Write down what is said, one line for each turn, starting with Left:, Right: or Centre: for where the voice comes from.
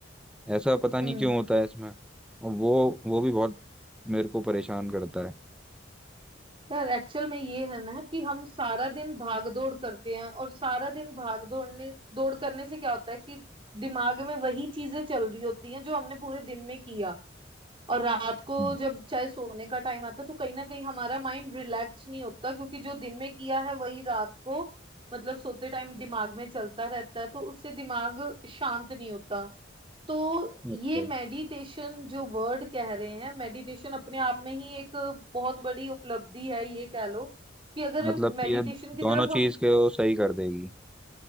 Centre: ऐसा पता नहीं
Right: हम्म
Centre: क्यों होता है इसमें और वो वो भी बहुत मेरे को परेशान करता है
Right: यार एक्चुअल में ये है ना कि हम सारा दिन भाग दौड़ करते हैं और सारा दिन भाग दौड़ने दौड़ करने से क्या होता है कि दिमाग में वही चीजें चल रही होती हैं जो हमने पूरे दिन में किया और रात को
Centre: हम्म।
Right: जब चाहे सोने का टाइम आता है तो कहीं ना कहीं हमारा माइंड रिलैक्स नहीं होता क्योंकि जो दिन में किया है वही रात को मतलब सोते टाइम दिमाग में चलता रहता है तो उससे दिमाग शांत नहीं होता तो ये
Centre: अच्छा
Right: मेडिटेशन जो वर्ड कह रहे हैं मेडिटेशन अपने आप में ही एक बहुत बड़ी उपलब्धि है ये कह लो कि अगर
Centre: मतलब कि
Right: मेडिटेशन
Centre: ये
Right: की
Centre: दोनों
Right: तरफ
Centre: चीज़
Right: हम
Centre: के वो सही कर देगी